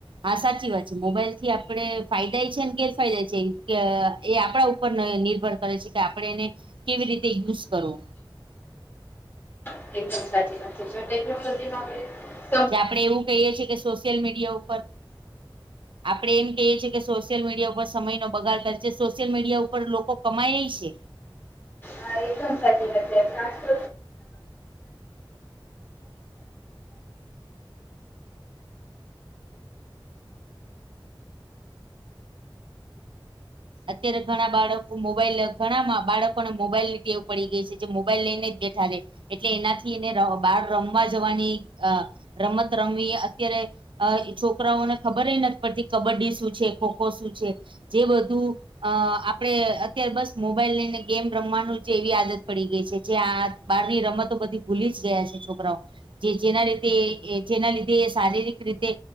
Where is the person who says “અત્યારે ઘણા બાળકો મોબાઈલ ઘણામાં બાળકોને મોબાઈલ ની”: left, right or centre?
Right